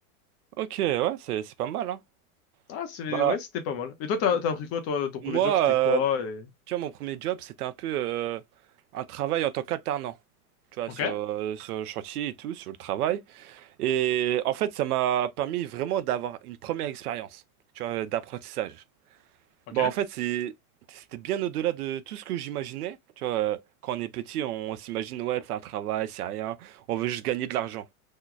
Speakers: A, on the right (about 80°); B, on the left (about 30°).
A: Ok, ouais, c'est c'est pas mal, hein.
B: Ah, c'est,
A: Bah,
B: ouais, c'était pas mal. Et toi, t'as,
A: m-
B: t'as appris quoi, toi, ton premier
A: moi,
B: job, c'était
A: euh,
B: quoi, et...
A: tu vois, mon premier job, c'était un peu euh, un travail en tant qu'alternant, tu vois,
B: Ok,
A: sur, euh, sur le chantier et tout, sur le travail. Et en fait, ça m'a permis vraiment d'avoir une première expérience, tu vois, d'apprentissage.
B: ok.
A: Bah, en fait, c'est, c'était bien au-delà de tout ce que j'imaginais. Tu vois, euh, quand on est petit, on, s'imagine, ouais, c'est un travail, c'est rien, on veut juste gagner de l'argent.